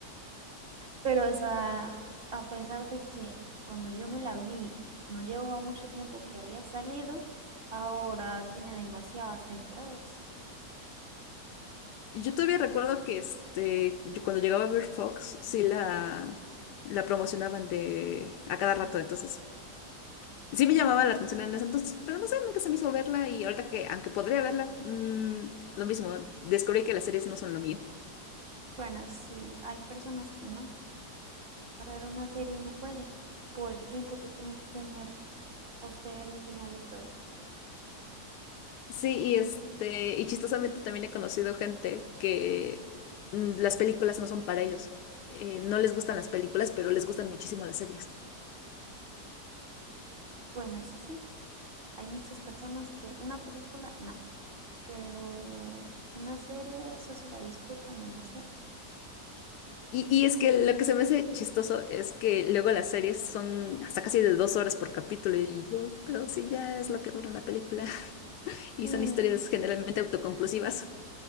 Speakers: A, on the right (about 40°); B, on the left (about 80°).
A: pero esa, a pesar de que cuando yo me la vi, no llevaba mucho tiempo que había salido, ahora tiene demasiadas temporadas.
B: Y Yo todavía recuerdo que este, yo cuando llegaba a ver Fox, sí la, la promocionaban de a
A: Sí,
B: cada rato, entonces sí me llamaba la atención en ese entonces, pero no sé, nunca se me hizo verla y ahorita que, aunque podría verla, mm, lo mismo, descubrí que las series no son lo mío.
A: bueno, sí, hay personas que no, para ver una serie no puede, por el tiempo que tiene que tener posterior un final y todo.
B: Sí, y este, y chistosamente también he conocido gente que mm, las películas no son para ellos. Eh, no les gustan las películas, pero les gustan muchísimo las series.
A: Bueno, eso sí, hay muchas personas que una película no, pero una serie eso se la disfrutan demasiado.
B: Y, y es que lo que se me hace chistoso es que luego las series son hasta casi de dos horas por capítulo y yo, pero sí, ya es lo que dura la película <laughs> y
A: Mm,
B: son historias generalmente autoconclusivas.